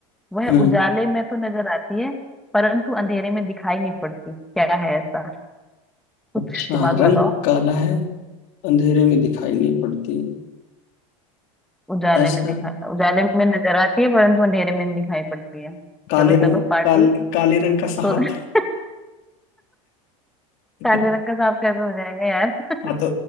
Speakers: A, in the centre; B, on the left.
A: वह
B: हम्म,
A: उजाले में तो नजर आती है परंतु अंधेरे में दिखाई नहीं पड़ती क्या है ऐसा कुछ
B: अच्छा
A: दिमाग
B: रंग
A: लगाओ
B: काला है अंधेरे में दिखाई नहीं पड़ती
A: उजाले
B: ऐसा
A: में दिखा उजाले में नजर आती है परंतु अंधेरे में नहीं दिखाई पड़ती है चलो
B: काले
A: चलो
B: रंग
A: पार्टी
B: काल, काले रंग का
A: तो
B: सांप
A: <laughs>
B: <laughs>
A: काले रंग का सांप कैसे हो जाएगा यार
B: हाँ तो